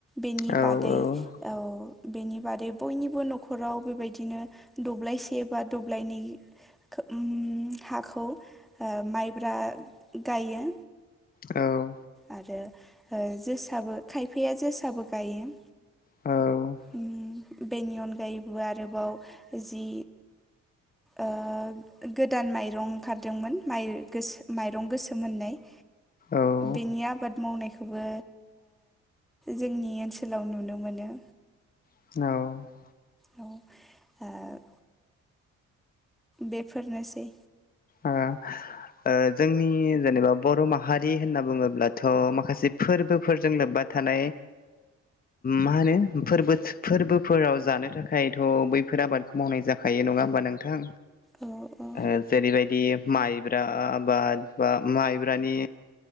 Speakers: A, in the centre; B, on the left.
A: बेनि
B: औ औ
A: बादै औ बेनि बादै बयनिबो न'खराव बेबायदिनो दब्लायसे बा दब्लायनै खो ओम हाखौ माइब्रा गायो।
B: औ।
A: आरो ओ जोसाबो खायफाया जोसाबो गायो।
B: औ।
A: ओम बेनि अनगायैबो आरोबाव जि ओ गो- गोदान माइरं ओंखारदोंमोन माइ गोस- माइरं गोसोम होन्नाय
B: औ।
A: बेनि आबाद मावनायखौबो जोंनि ओनसोलाव नुनो मोनो।
B: औ।
A: औ, ओ बेफोरनोसै।
B: ओ ओ जोंनि जेनेबा बर' माहारि होनना बुङोब्लाथ' माखासे फोरबोफोरजों लोब्बा थानाय मा होनो फोरबोत फोरबोफोराव जानो थाखायथ' बैफोर आबादखौ मावनाय जा खायो नङा होमबा नोंथां?
A: औ औ
B: ओ जेरैबाय दि माइब्रा बाद- बा माइब्रानि